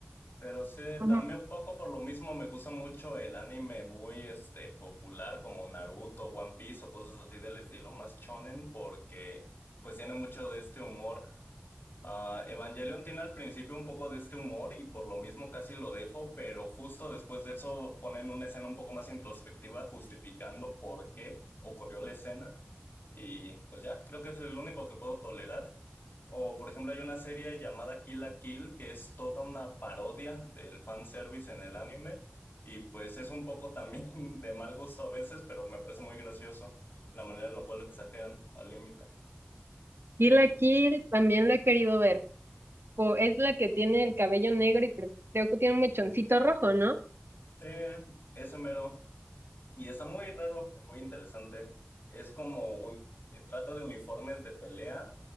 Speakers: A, on the left (about 65°); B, on the right (about 80°).
A: Pero sí,
B: Ujú.
A: también un poco por lo mismo me gusta mucho el anime muy este popular como Naruto, One Piece o cosas así del estilo, más shonen, porque pues tiene mucho de este humor. Ah, Evangelion tiene al principio un poco de este humor y por lo mismo casi lo dejo, pero justo después de eso ponen una escena un poco más introspectiva justificando por qué ocurrió la escena. Y pues ya, creo que es el único que puedo tolerar. O por ejemplo hay una serie llamada Kill la Kill que es toda una parodia del fanservice en el anime. Y pues es un poco también <laughs> de mal gusto a veces, pero me parece muy gracioso la manera en la cual lo exageran al límite.
B: Kill la Kill también lo he querido ver. Po- es la que tiene el cabello negro y cre- creo que tiene un mechoncito rojo, ¿no?
A: Sí, ese mero. Y está muy raro y muy interesante. Es como un eh, trato de uniformes de pelea